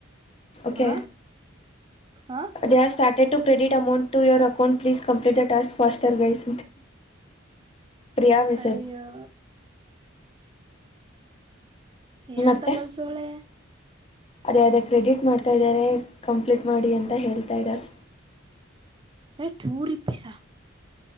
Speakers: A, on the left; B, on the right.
A: ಓಕೆ
B: ಹ ಹ
A: ಅದು ಯಾರ್ ಸ್ಟಾರ್ಟ್ ತೆಟ್ಟು credit amount account please complete the task faster guys Priya ಮಸರ್
B: ಅಯ್ಯೋ ಏನಂತ
A: ಮತ್ತೆ
B: ಕಲ್ಸೋಳೆ
A: ಅದೇ ಅದೇ ಕ್ರೆಡಿಟ್ ಮಾಡ್ ತದಾರೆ ಕಂಪ್ಲೀಟ್ ಮಾಡಿ ಅಂತ ಹೇಳ್ತಾ ಇದಾರೆ
B: ಯೆ ಟೂ ರೂಪಿಸ ಆ